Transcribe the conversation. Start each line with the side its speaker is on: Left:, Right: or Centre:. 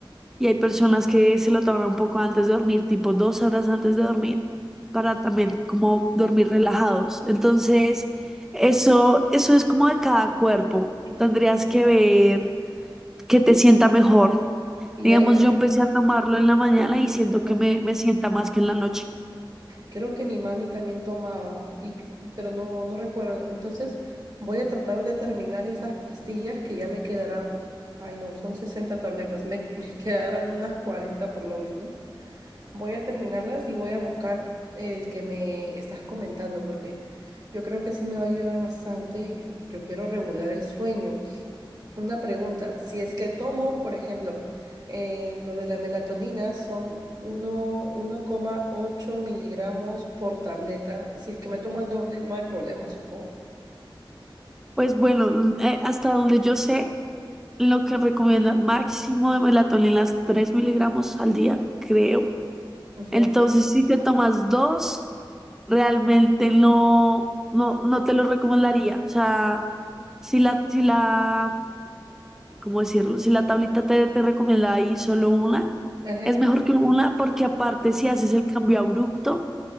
Centre: y hay personas que se lo toman un poco antes de dormir, tipo dos horas antes de dormir, para también como dormir relajados. Entonces, eso, eso es como de cada cuerpo.
Right: Ujú.
Centre: Tendrías que ver que te sienta mejor.
Right: Y
Centre: Digamos,
Right: ahí,
Centre: yo empecé a tomarlo en la mañana y siento
Right: ajá,
Centre: que me, me sienta más que en la noche.
Right: creo que mi mami también tomaba, y, pero no, no recuerdo. Entonces voy a tratar de terminar esas pastillas que ya me quedarán, ay no, son 60 tabletas, me, <laughs> me quedarán unas 40 por lo menos. Voy a terminarlas y voy a buscar el que me estás comentando, porque yo creo que sí me va a ayudar bastante y yo quiero regular el sueño. Una pregunta, si es que tomo, por ejemplo, en lo de la melatonina son uno uno coma ocho miligramos por tableta. Si es que me tomo el doble, no hay problema, supongo.
Centre: Pues bueno, mm, eh, hasta donde yo sé, lo que recomiendan máximo de melatonina 3 miligramos al día, creo.
Right: Ujú,
Centre: Entonces, si te tomas dos, realmente no, no, no te lo recomendaría. O sea, si la, si la, ¿cómo decirlo? Si la tablita te, te recomienda ahí solo una,
Right: ajá.
Centre: es mejor que una porque aparte si haces el cambio abrupto,